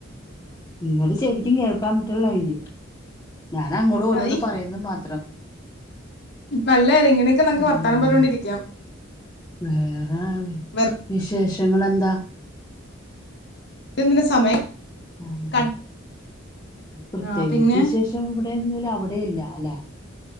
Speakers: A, on the left (about 15°); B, on the left (about 60°).
A: നിങ്ങള് ശരിക്കും കേൾക്കാൻ പറ്റുള്ള എനിക്ക്. ഞാൻ അങ്ങോട്‌ ഓരന്ന്
B: അത്
A: പറയുന്ന മാത്രം
B: നല്ല കാര്യം ഇങ്ങനെയൊക്കെ നമുക്ക്
A: ആ
B: വർത്താനം പറഞ്ഞോണ്ടിരിക്കാം
A: വേറെ
B: വെറുതെ
A: വിശേഷ റ്റങ്ങളെന്താ?
B: ത്‌ന്തിന സമയം
A: ആഹ്
B: ക
A: ആ പ്രത്യേകിച്ച്
B: ആഹ് പിന്നെ
A: വിശേഷം ഇ ഇടിടെ ഒന്നുംല്ല അവിടെയില്ല അല്ലെ?